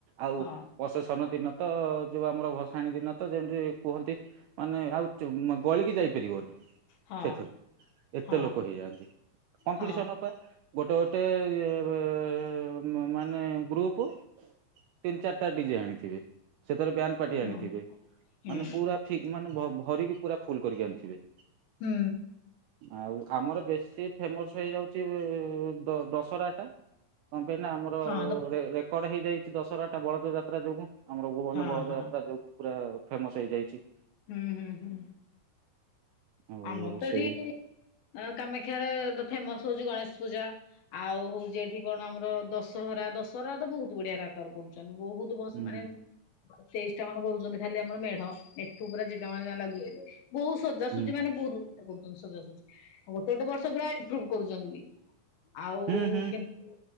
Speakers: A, on the right (about 80°); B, on the left (about 80°).
A: ଆଉ
B: ହଁ
A: ପସେଶନ ଦିନ ତ ଯୋଉ ଆମର ଭସ ଭସାଣି ଦିନ ତ ଯେମିତି କୁହନ୍ତି ମାନେ ଆଉ ଚୁ ଗଳିକି ଯାଇ। ପାରିବନି
B: ହଁ
A: ସେଥେରେ ଏତେ
B: ହଁ
A: ଲୋକ ହେଇଯାନ୍ତି କମ୍ପିଟିସନ
B: ହଁ
A: ପା। ଗୋଟେ ଗୋଟେ ୟେ ରେ ମ ମାନେ ଗ୍ରୁପ। ତିନି ଚାରିଟା ଡିଜେ ଆଣିଥିବେ ସେଥେରେ ବ୍ୟାଣ୍ଡ ପାଟି
B: ହୁଁ
A: ଆଣିଥିବେ। ଥିବେ
B: ହୁଁ
A: ମାନେ ପୁରା ଫିକ ମାନେ ଭ ଭରିକି ପୁରା ଫୁଲ କରିକି ଆଣିଥିବେ।
B: ହୁଁ।
A: ଆଉ ଆମର ବେଶୀ ଫେମସ୍ ହେଇଯାଉଛି ବି ଦ ଦଶରା ଟା। କଣ ପାଇଁ ନା ଆମର
B: ହଁ
A: ରେ ରେକର୍ଡ ହେଇ ଯାଇଛି ଦଶରା ଟା ବଳଦ ଯାତ୍ରା ଯୋଗୁ। ଆମର
B: ହଁ
A: ଭୁବନ ବଳଦ
B: ହଁ
A: ଯାତ୍ରା ଯୋଗୁ ପୁରା ଫେମସ ହେଇଯାଇଛି।
B: ହୁଁ ହୁଁ ହୁଁ।
A: ଆଉ
B: ଆମର ତ
A: ସେଇ
B: ଏଠି ଆ। କାମାକ୍ଷାରେ ଫେମସ ହଉଛି ଗଣେଶ ପୂଜା ଆଉ ହଉଛି ଏଠି କଣ ଆମର ଦଶହରା ଦଶ ହରା ତ ବହୁତ ବଢିଆ ରାକା ରେ କରୁଛନ୍ତି ବହୁତ ଭସ
A: ହୁଁ
B: ମାନେ। ତେଇଶ ଟା ଖଣ୍ଡେ କରୁଛନ୍ତି ଖାଲି ଆମର ମେଢ ଏଠୁ ପୁରା ଜିରିଡା ମାଳୀ ଯାଙ୍କେ ଲାଗି ଯାଇଥିବ ବହୁତ ସ
A: ହୁଁ
B: ଚୂଜି ମାନେ ବହୁତ କରୁଛନ୍ତି ସଜା ସଜି ଆଉ ଗୋଟେ ଗୋଟେ ବର୍ଷ ପୁରା ଇମ୍ପୃବୁ କରୁଛନ୍ତି ବି। ଆଉ
A: ହୁଁ ହୁଁ
B: କିନ୍ତୁ।